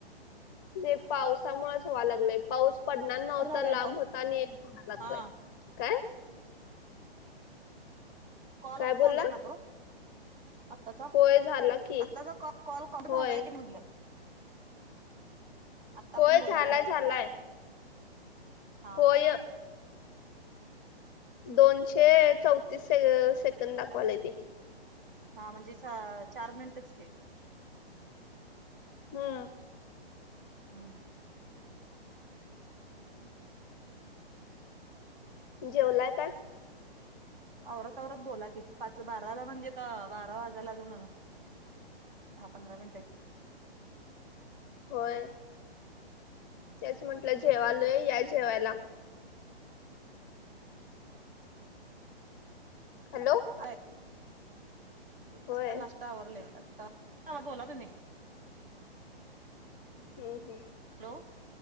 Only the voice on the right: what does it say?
झालाय
ना कॉल?
हा.
कॉल
कट
झालाय ना तो. आताचा
आताचा क कॉल कट झालाय
की म्हटल्या. आत्ता आपण
बोललेलं.
हा
हा.
हा म्हणजे सा चार मिनटच की.
हम. हम.
अ औवरत आवरत बोला की पाच बाराला म्हणजे त बारा वाजाला अजून. दहा पंधरा मिनिटेच हाईत.
अ,
आता नाष्ट आवरले आ बोला तुम्ही.
हॅलो,